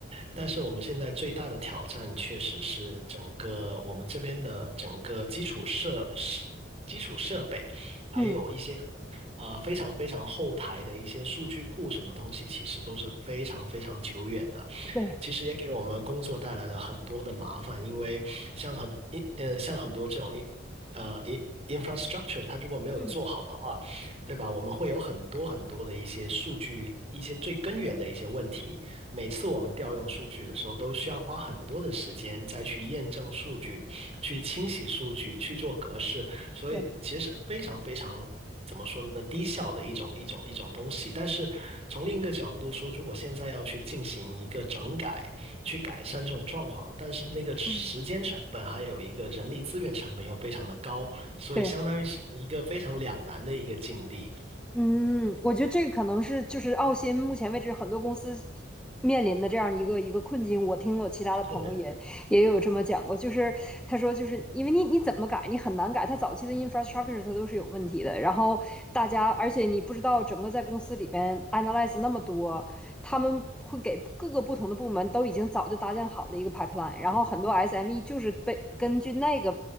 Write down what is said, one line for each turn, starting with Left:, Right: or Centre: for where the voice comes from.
Right: 但是我们现在最大的挑战确实是整个我们这边的整个基础设施。基础设备，还有一些很呃非常非常后台的一些数据库，
Centre: 嗯，
Right: 什么东西，其实都是非常非常久远的。
Centre: 对，
Right: 其实也给我们工作带来了很多的麻烦，因为像很呃像很多这种呃，in infrastructure，它如果没有做好的话，
Centre: 嗯
Right: 对吧？我们会有很多很多的一些数据，一些最根源的一些问题。每次我们调用数据的时候，都需要花很多的时间再去验证数据，去清洗数据，去做格式。所以其实是非常非常怎么说呢，
Centre: 对，
Right: 低效的一种一种一种东西。但是从另一个角度说，如果现在要去进行一个整改，去改善这种状况，但是那个时间成本还有一个人力资源成本又非常的高，
Centre: 嗯
Right: 所以相当于是一个非常两难的一个境地。
Centre: 对，嗯，我觉得这个可能是就是澳新目前为止很多公司面临的这样一个一个困境。我听我其他的朋友也也有这么讲过，
Right: 是，
Centre: 就是他说就是因为你你怎么改你很难改，他早期的 infrastructure 它都是有问题的。然后大家而且你不知道整个在公司里边 analyze 那么多，他们会给各个不同的部门都已经早就搭建好了一个 pipeline，然后很多
Right: 嗯，
Centre: SME 就是被根据那个。